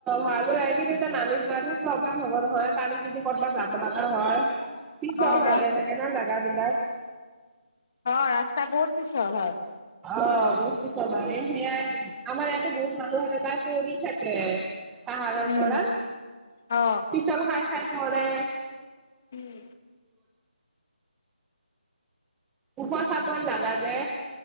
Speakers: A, in the centre; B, on the left.
A: ভালো লাগে কিন্তু এতিয়া নামি যোৱাতহে প্ৰব্লেম হ'ব নহয় কালি যদি ক'তবাত যাব লগা হয় পিছল
B: অ ৰা
A: হয় এনেকে না জাগা বিলাক
B: অ ৰাস্তা বহুত পিছল হয়
A: অ বহুত কিছু মানে সেয়াই আমাৰ ইয়াতে বহুত মানুহ এনেকাই তাই পৰি থাকে পাহাৰৰ
B: উম
A: পৰা
B: অ
A: পিছল খাই খাই পৰে
B: উম
A: উখ চাপোন জাগা যে